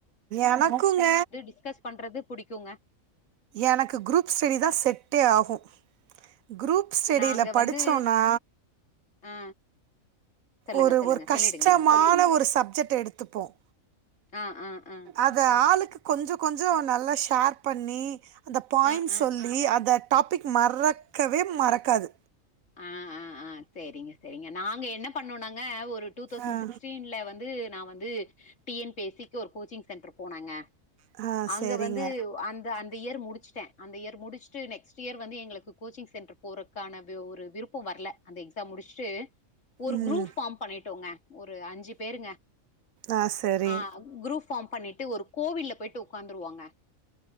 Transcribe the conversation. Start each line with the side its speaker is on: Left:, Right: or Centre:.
Right: எனக்குங்க
Left: டிஸ்கஸ் பண்றது புடிக்குங்க
Right: எனக்கு குரூப் ஸ்டடி தான் செட் செட்டே ஆகும் குரூப் ஸ்டடியில
Left: நாங்க
Right: படிச்சோன்னா
Left: வந்து ஆ சொல்லுங்க
Right: ஒரு
Left: சொல்லுங்க
Right: ஒரு கஷ்டமான
Left: சொல்லிடுங்க
Right: ஒரு சப்ஜெக்ட் எடுத்துப்போம்
Left: ஆ ஆ ஆ
Right: அத ஆளுக்கு கொஞ்சம் கொஞ்சம் நல்லா ஷேர் பண்ணி அந்த பாயிண்ட்ஸ்
Left: ஆ ஆ
Right: சொல்லி அத டாப்பிக் மறக்கவே மறக்காது
Left: ஆ ஆ ஆ செரிங்க செரிங்க எ நாங்கே என்னா பண்ணோனாங்கே ஒரு ரு டூ தௌசந்து
Right: ஆ
Left: சிக்ஸ்டீன்லே வந்து நா வந் து டி என் பி எஸ் சிக்கு ஒரு கோச்சிங் சென்டர் போனாங்க
Right: ஆ
Left: அங்க
Right: சரிங்க
Left: வந்து அந்த அந் அந்த இயர் முடிச்சுட்டேன் அந்த இயர் முடிச்சுட்டு நெக்ஸ்ட் இயர் வந்து எங்களுக்கு கோச்சிங் சென்டர் போறக்கான ஒரு விருப்பம் வரல அந்த எக்ஸாம் முடிச்சுட்டு ஒரு
Right: ம்
Left: குரூப் ஃபார்ம் பண்ணிட்டோங்க ஒரு அஞ்சு பேருங்க
Right: ஆ சரி
Left: ஆ குரூப் ஃபார்ம் பண்ணிட் டு ஒரு கோவில்ல போயிட்டு உட்காந்துருவோங்க